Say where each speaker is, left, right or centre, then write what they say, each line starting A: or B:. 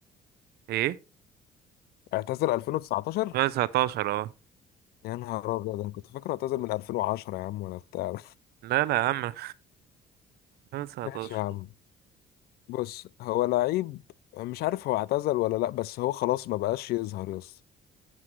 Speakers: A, on the right; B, on the left.
A: ايه
B: اعتزل 2019
A: 2019 اه
B: يا نهار ابيض انا كنت فاكره اعتزل من 2010 يا عم ولا بتاع
A: لا لا يا عم 2019
B: <laughs> ماشي يا عم بص هو لعيب مش عارف هو اعتزل ولا لا بس هو خلاص ما بقاش يظهر يس